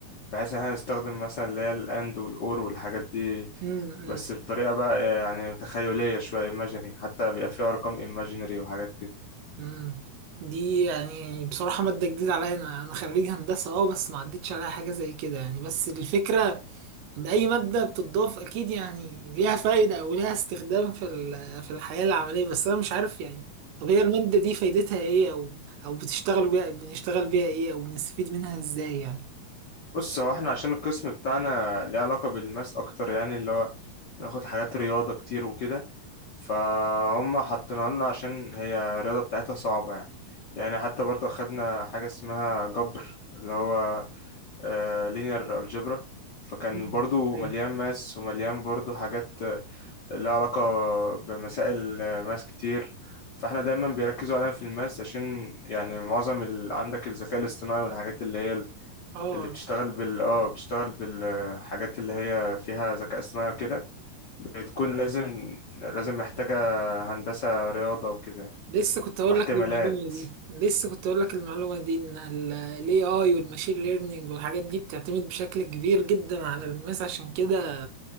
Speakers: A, on the left; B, on the right.
A: بحيث ان احنا نستخدم مثلا اللي هي الاند والاور والحاجات دي
B: امم امم
A: بس بطريقة بقى يعني تخيلية شوية ايماجيني حتى بيبقى فيها ارقام ايماجينري وحاجات كده
B: امم دي يعني بصراحة مادة جديدة عليا انا انا خريج هندسة اه بس ما عدتش عليها حاجة زي كده يعني بس الفكرة أي مادة بتضاف أكيد يعني ليها فايدة أو ليها استخدام في ال- في الحياة العملية بس أنا مش عارف يعني طب هي المادة دي فايدتها إيه أو أو بتشتغل بيها بنشتغل بيها إيه أو بنستفيد منها إزاي يعني
A: بص هو احنا عشان القسم بتاعنا ليه علاقة بالماس اكتر يعني اللي هو بناخد حاجات رياضة كتير وكده فهم حاطينها لنا عشان هي الرياضة بتاعتها صعبة يعني يعني حتى برضه خدنا حاجة اسمها جبر اللي هو لينير الجبرا فكان
B: <laughs> مم.
A: برضه
B: إيه.
A: مليان ماس ومليان برضه حاجات لها علاقة بمسائل ماس كتير فاحنا دايما بيركزوا عليها في الماس عشان يعني معظم ال... عندك الذكاء الاصطناعي والحاجات اللي هي ال-
B: آه
A: اللي بتشتغل بال اه بتشتغل بالحاجات اللي هي فيها ذكاء اصطناعي وكده بتكون لازم لازم محتاجة هندسة رياضة وكده يعني،
B: لسه كنت هقول
A: واحتمالات
B: لك المعلومة دي لسه كنت هقول لك المعلومة دي إن ال ال AI والماشين ليرنينج والحاجات دي بتعتمد بشكل كبير جدا على الماس عشان كده